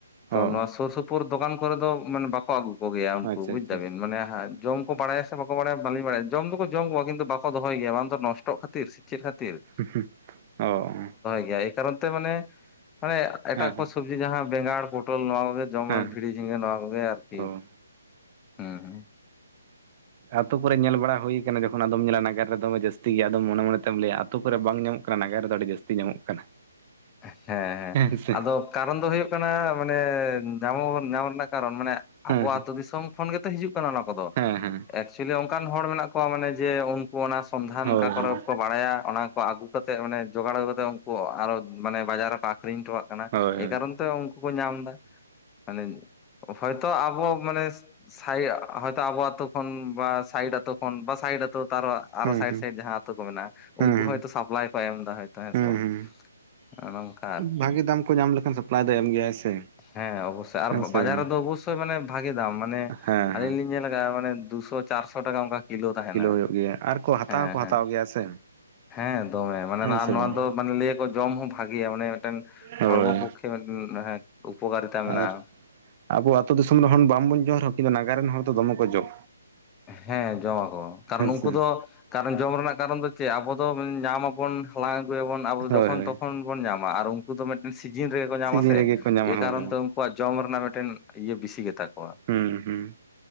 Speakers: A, on the left; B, on the right.
A: ᱛᱚ
B: ᱚ
A: ᱱᱚᱣᱟ ᱥᱩᱨ ᱥᱩᱯᱼᱼ ᱥᱩᱯᱩᱨ ᱫᱚᱠᱟᱱ ᱠᱚᱨᱮ ᱫᱚ ᱢᱟᱱᱮ ᱵᱟᱠᱚ ᱟᱹᱜᱩ ᱠᱚᱜᱮᱭᱟ ᱩᱱᱠᱩ
B: ᱟᱪᱪᱷᱟ
A: ᱵᱩᱡ
B: ᱟᱪᱪᱷᱟ ᱟᱪᱪᱷᱟ
A: ᱫᱟᱵᱤᱱ ᱢᱟᱱᱮᱜ ᱦᱟᱜ᱾ ᱡᱚᱢ ᱠᱚ ᱵᱟᱲᱟᱭᱟ ᱥᱮ ᱵᱟᱠᱚ ᱵᱟᱲᱟᱭᱟ ᱵᱟᱟᱹᱞᱤᱧ ᱵᱟᱲᱟᱭᱟ ᱡᱚᱢ ᱫᱚᱠᱚ ᱡᱚᱢ ᱠᱚᱣᱟ ᱠᱤᱱᱛᱩ ᱵᱟᱠ ᱫᱚᱦᱚᱭ ᱜᱮᱭᱟ ᱵᱟᱝ ᱫᱚ ᱱᱚᱥᱴᱚᱜ ᱠᱷᱟᱹᱛᱤᱨ᱾ ᱪᱮᱫ ᱠᱷᱟᱹᱛᱤᱨ ᱾
B: <inaudible> ᱚ
A: ᱮᱭ ᱠᱟᱨᱚᱱ ᱛᱮ ᱢᱟᱱᱮ ᱢᱟᱱᱮ ᱮᱴᱟᱜ
B: ᱦᱮᱸ ᱦᱮᱸ
A: ᱠᱚ ᱥᱚᱵᱽᱡᱤ ᱡᱟᱦᱟ ᱵᱮᱜᱟᱲ ᱯᱚᱴᱚᱞ ᱱᱚᱣᱟ ᱠᱚᱜᱮ᱾ ᱡᱚᱢ
B: ᱦᱮᱸ
A: ᱵᱷᱤᱲ ᱡᱷᱤ ᱱᱚᱣᱟ ᱠᱚᱜᱮ ᱟᱨᱠᱤ
B: ᱚ
A: ᱦᱩᱸ ᱩᱸ
B: ᱟᱛᱩ ᱠᱚᱨᱮ ᱧᱮᱞ ᱵᱟᱲᱟ ᱦᱩᱭ ᱠᱟᱱᱟ ᱡᱚᱠᱷᱚᱱ ᱟᱫᱚᱢ ᱧᱮᱞᱟ ᱱᱟᱜᱟᱨ ᱨᱮ ᱫᱚᱮ ᱡᱟᱹᱛᱤ ᱜᱮ ᱟᱫᱚᱢ ᱢᱚᱱᱮ ᱢᱚᱱᱮᱛᱮᱢ ᱞᱟᱹᱭᱼᱟ ᱟᱹᱛᱩ ᱠᱚᱨᱮ ᱵᱟᱝ ᱧᱟᱢ᱾ ᱱᱟᱜᱟᱨ ᱨᱮᱫᱚ ᱟᱹᱰᱤ ᱡᱟᱹᱥᱛᱤ ᱧᱟᱢᱚᱜ ᱠᱟᱱᱟ᱾
A: ᱦᱮ ᱦᱮ
B: ᱦᱮᱸ ᱥᱮ
A: ᱟᱫᱚ ᱠᱟᱨᱚᱱ ᱫᱚ ᱦᱩᱭᱩᱜ ᱠᱟᱱᱟ ᱢᱟᱱᱮ ᱧᱟᱢ ᱧᱟᱢᱚᱜ ᱨᱮᱱᱟᱜ᱾ ᱠᱟᱨᱚᱱ ᱢᱟᱱᱮ
B: ᱦᱮᱸ
A: ᱟᱵᱚ ᱟᱹᱛᱩ ᱫᱤᱥᱚᱢ ᱠᱷᱚᱱ ᱜᱮᱛᱚ ᱦᱤᱡᱩᱜ ᱠᱟᱱᱟ ᱚᱱᱟ ᱠᱚᱫᱚ᱾
B: ᱦᱮᱸ ᱦᱮᱸ
A: ᱮᱠᱪᱩᱞᱤ ᱚᱱᱠᱟᱱ ᱦᱚᱲ ᱢᱮᱱᱟᱜ ᱠᱚᱣᱟ ᱢᱟᱱᱮ ᱡᱮ ᱩᱱᱠᱩ ᱚᱱᱟ ᱥᱚᱱᱫᱷᱟᱱ
B: ᱦᱳᱭ
A: ᱚᱠᱟ ᱠᱚᱨᱮ᱾
B: ᱦᱳᱭ
A: ᱵᱟᱲᱟᱭᱟ ᱚᱱᱟ ᱠᱚ ᱟᱹᱜᱩ ᱠᱟᱛᱮᱫ ᱢᱟᱱᱮ ᱡᱳᱚᱜᱟᱲ ᱠᱟᱛᱮ ᱩᱱᱠᱩ ᱟᱨᱚ ᱢᱟᱱᱮ ᱵᱟᱡᱟᱨ ᱨᱮᱠᱚ ᱟᱹᱠᱷᱨᱤᱧ ᱦᱚᱴᱚ᱾ ᱠᱟᱱᱟ
B: ᱦᱳᱭ
A: ᱮᱭ ᱠᱟᱨᱚᱱ ᱛᱮ ᱩᱱᱠᱩ ᱠᱚ ᱧᱟᱢ ᱮᱫᱟ ᱢᱟᱱᱮ ᱦᱚᱭᱛᱳ ᱟᱵᱚ ᱢᱟᱱᱮ᱾ ᱥᱟᱭ ᱦᱚᱛᱚ ᱟᱵᱚᱛ ᱠᱷᱚᱱᱚᱱ ᱵᱟ ᱥᱟᱭᱰ ᱮᱛᱚ ᱠᱷᱚᱱᱚᱱ ᱵᱟ ᱥᱟᱭᱤᱰ ᱟᱛᱩ ᱛᱟᱨ᱾ ᱟᱨᱚ
B: ᱦᱩᱸ
A: ᱥᱟᱭᱤᱰ
B: ᱦᱩᱸ
A: ᱥᱟᱭᱤᱰ ᱡᱟᱦᱟᱸ ᱟᱛᱩ ᱠᱚ ᱢᱮᱱᱟᱜᱼᱟ
B: ᱦᱩᱸ
A: ᱩᱱᱠᱩ ᱦᱚᱭᱛᱳ ᱥᱟᱯᱞᱟᱭ ᱠᱚ ᱮᱢᱫᱟ ᱦᱚᱭᱛᱚ ᱦᱮ
B: ᱦᱩᱸ
A: ᱥᱮ ᱵᱟᱝ᱾
B: ᱦᱩᱸ
A: ᱱᱚᱝᱠᱟ ᱟᱨᱠᱤ
B: ᱵᱷᱟᱜᱤ ᱫᱟᱢ ᱠᱚ ᱧᱟᱢ ᱞᱮᱠᱷᱟᱱ ᱥᱟᱯᱞᱟᱭ ᱫᱚᱭ ᱮᱢ ᱜᱮᱭᱟᱭ ᱥᱮ᱾
A: ᱦᱮ ᱚᱵᱚᱥᱳᱭ ᱟᱨ
B: ᱦᱮᱸ ᱥᱮ
A: ᱵᱟᱡᱟᱨ
B: ᱵᱟᱝ
A: ᱨᱮᱫᱚ ᱚᱵᱚᱥᱳᱭ ᱢᱟᱱᱮ ᱵᱷᱟᱜᱤ ᱫᱟᱢ ᱢᱟᱱᱮ
B: ᱦᱮᱸ
A: ᱟᱹᱞᱤᱧ
B: ᱦᱮᱸ
A: ᱞᱤᱧ᱾ ᱧᱮᱞ ᱟᱠᱟᱜᱼᱟ ᱢᱟᱱᱮ ᱫᱩᱥᱚ ᱪᱟᱨᱥᱚ ᱴᱟᱠᱟ ᱚᱱᱠᱟ᱾ ᱠᱤᱞᱳ ᱛᱟᱦᱮᱱᱟ
B: ᱦᱩᱭᱩᱜ ᱜᱮᱭᱟ ᱟᱨᱠᱚ ᱦᱟᱛᱟᱣ
A: ᱦᱮᱸ
B: ᱦᱚᱸᱠᱚ
A: ᱦᱮᱸ
B: ᱦᱟᱛᱟᱣ ᱜᱮᱭᱟ ᱥᱮ
A: ᱦᱮᱸ ᱫᱚᱢᱮ ᱢᱟᱱᱮ
B: ᱦᱮᱸ
A: ᱱᱚᱣᱟ
B: ᱥᱮ ᱵᱟᱝ
A: ᱫᱚ᱾ ᱢᱟᱱᱮ ᱞᱟᱹᱭᱟ ᱠᱚ ᱡᱚᱢ ᱦᱚᱸ ᱵᱷᱟᱜᱮᱭᱟ ᱢᱟᱱᱮ ᱢᱤᱫᱴᱮᱱ
B: ᱦᱳᱭ
A: ᱦᱚᱲᱢᱚ ᱯᱚᱠᱠᱷᱮ ᱢᱤᱫ ᱩᱯᱚᱠᱟᱨᱤᱛᱟ ᱢᱮᱱᱟᱜᱼᱟ᱾
B: ᱟᱨ ᱟᱵᱚ ᱟᱛᱩ ᱫᱤᱥᱚᱢ ᱨᱮᱱ ᱦᱚᱲ ᱵᱟᱵᱚᱱ ᱡᱚᱢ ᱨᱮᱦᱚᱸ ᱠᱤᱱᱛᱩ ᱱᱟᱜᱟᱨ ᱨᱮᱱ ᱦᱚᱲ ᱫᱚᱢᱮ ᱠᱚ ᱡᱚᱢ᱾
A: ᱦᱮᱸ ᱡᱚᱢ ᱟᱠᱚ ᱠᱟᱨᱚᱱ ᱩᱱᱠᱩ
B: ᱥᱮ
A: ᱫᱚ᱾ ᱠᱟᱨᱚᱱ ᱡᱚᱢ ᱨᱮᱱᱟᱜ ᱠᱟᱨᱚᱱ ᱫᱚ ᱪᱮᱫ ᱟᱵᱚ ᱫᱚ ᱧᱟᱢᱟᱵᱚᱱ ᱦᱟᱞᱟᱝ ᱟᱹᱜᱩᱭᱟᱵᱚᱱ ᱟᱵᱚ
B: ᱦᱳᱭ
A: ᱡᱚᱠᱷᱚᱱ
B: ᱦᱳᱭ
A: ᱛᱚᱠᱷᱚᱱ ᱵᱚᱱ ᱧᱟᱢᱟ ᱟᱨ ᱩᱱᱠᱩ ᱫᱚ ᱢᱤᱫᱴᱮᱱ ᱥᱤᱡᱤᱱ ᱨᱮᱜᱮ ᱠᱚ ᱧᱟᱢᱟ
B: ᱥᱤᱡᱤᱱ
A: ᱥᱮ
B: ᱨᱮᱜᱮ ᱠᱚ ᱧᱟᱢᱟ
A: ᱮᱭ ᱠᱟᱨᱚᱱ
B: ᱦᱳᱭ ᱦᱳᱭ
A: ᱛᱮ ᱩᱱ ᱟᱠᱚᱣᱟᱜ ᱡᱚᱢ ᱨᱮᱱᱟᱜ ᱢᱤᱫᱴᱮᱱ ᱤᱭᱟᱹ ᱵᱤᱥᱤ ᱜᱮᱛᱟ ᱠᱚᱣᱟ
B: ᱦᱮᱸ ᱦᱮᱸ